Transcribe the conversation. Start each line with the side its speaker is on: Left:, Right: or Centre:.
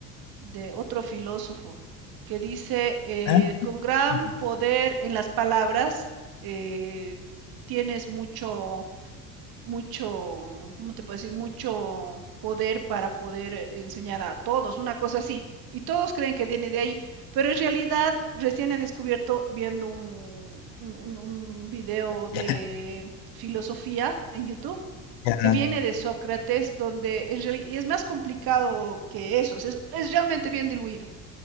Right: de otro filósofo que dice, eh,
Left: ah,
Right: con gran
Left: ah,
Right: poder en las palabras eh, tienes mucho, mucho, ¿cómo te puedo decir? Mucho poder para poder enseñar a todos, una cosa así. Y todos creen que viene de ahí, pero en realidad recién he descubierto viendo un, un, un video de
Left: Ya,
Right: filosofía en YouTube
Left: ya,
Right: que viene de Sócrates, donde en reali- y es más complicado que eso, es, es realmente bien diluido.